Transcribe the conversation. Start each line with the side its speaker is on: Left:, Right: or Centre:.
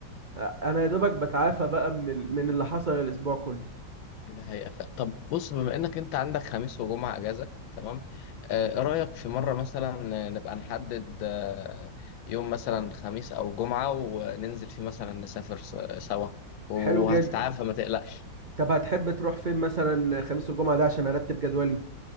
Right: انا يا دوبك بتعافى بقى من ال... من اللي حصل الاسبوع كله
Left: ده حقيقة ف... طب بص بما إنك أنت عندك خميس وجمعة أجازة تمام أه إيه رأيك في مرة مثلا نبقى نحدد آه، يوم مثلا خميس أو جمعة وننزل فيه مثلا نسافر س- سوا وهتتعافى
Right: حلو جدا
Left: ما تقلقش
Right: طب هتحب تروح فين مثلا خميس والجمعة ده عشان ارتب جدولي